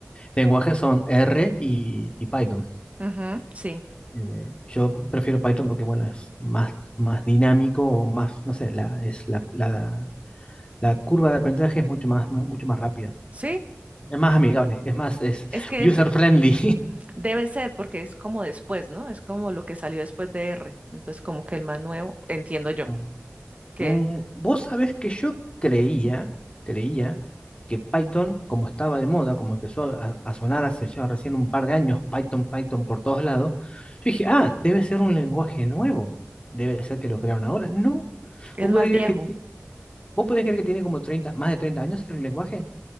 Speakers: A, on the left; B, on the right.
A: lenguajes son R y, y Python.
B: Ujú, sí,
A: Eh, yo prefiero Python porque, bueno, es más, más dinámico, o más, no sé, la, es la, la- la curva de aprendizaje es mucho más, mucho más rápida.
B: sí,
A: Es más amigable, es más, es
B: es que
A: user
B: de-
A: friendly.
B: debe ser porque es como después, ¿no? Es como lo que salió después de R. Entonces, como que el más nuevo, entiendo yo,
A: <laughs>
B: que
A: Mm, vos sabés que yo creía, creía que Python, como estaba de moda, como empezó a, a sonar hace ya recién un par de años, Python, Python por todos lados, yo dije, ah, debe ser un lenguaje nuevo, debe ser que lo crearon ahora. No,
B: es
A: vos
B: más
A: podés
B: viejo.
A: creer que, ti- vos podés creer que tiene como 30 más de 30 años el lenguaje.